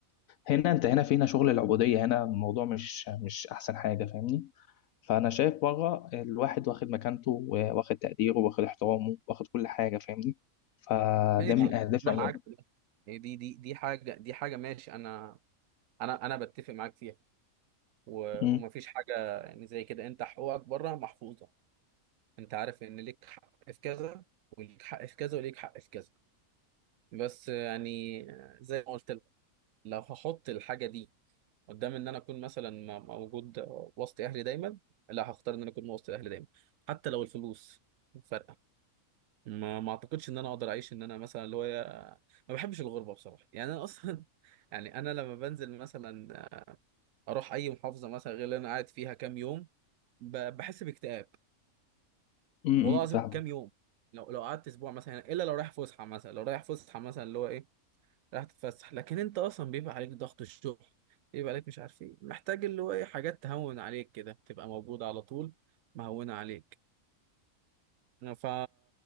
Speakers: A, on the left; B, on the right.
A: هنا انت هنا فينا شغل العبوديه هنا الموضوع مش مش احسن حاجه فاهمني فانا شايف بره الواحد واخد مكانته واخد تقديره واخد احترامه واخد كل حاجه فاهمني فده
B: ماشي
A: من
B: يعني
A: اهدافي
B: انا
A: عموما
B: معاك في ده يعني دي دي دي حاجه دي حاجه ماشي انا انا انا بتفق معاك فيها و-
A: م-
B: ومفيش حاجه يعني زي كده انت حقوقك بره محفوظه انت عارف ان ليك حق في كذا وليك حق في كذا وليك حق في كذا بس يعني زي ما قلت لك لو هحط الحاجه دي قدام ان انا اكون مثلا م- موجود وسط اهلي دايما لا هختار ان انا اكون وسط اهلي دايما حتى لو الفلوس فرق ما ما اعتقدش ان انا اقدر اعيش ان انا مثلا اللي هو ما بحبش الغربه بصراحه يعني انا اصلا <laughs> يعني انا لما بنزل مثلا اروح اي محافظه مثلا غير اللي انا قاعد فيها كام يوم ب- بحس باكتئاب
A: م-
B: والله
A: م-
B: العظيم
A: فاهمك
B: كام يوم لو لو قعدت اسبوع مثلا هنا، الا لو رايح فسحه مثلا لو رايح فسحه مثلا اللي هو ايه رايح تتفسح لكن انت اصلا بيبقى عليك ضغط الشغل بيبقى عليك مش عارف ايه محتاج اللي هو ايه حاجات تهون عليك كده تبقى موجوده على طول مهونه عليك ف